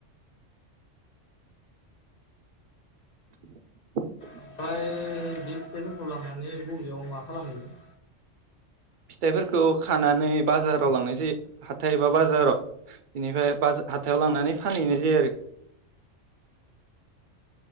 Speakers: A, on the right; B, on the left.
A: <unintelligible>
B: ओमफ्राय बे फिथाइफोरखौ लांनानै बबेयाव मा खालामहैयो
A: फिथाइफोरखौ खानानै बाजाराव लांनाय जायो हाथाय एबा बाजाराव बेनिफाय हाथायाव लांनानै फानहैनाय जायो आरो